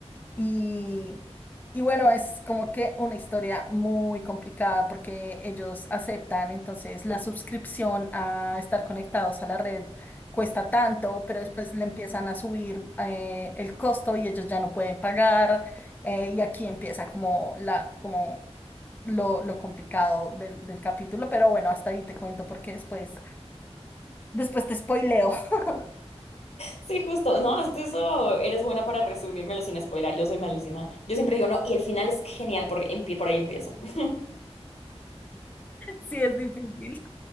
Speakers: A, on the left; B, on the left.
A: Y, y bueno, es como que una historia muy complicada porque ellos aceptan, entonces la suscripción a estar conectados a la red cuesta tanto, pero después le empiezan a subir eh, el costo y ellos ya no pueden pagar. eh, y aquí empieza como la, como lo, lo complicado del, del capítulo, pero bueno, hasta ahí te cuento porque después, después te spoileo. <laughs>
B: Sí, justo. No, hasta eso eres buena para resumírmelo sin spoiler. Yo soy malísima. Yo siempre digo, no, y el final es genial porque empie- por ahí empiezo. <laughs>
A: Sí, es difícil.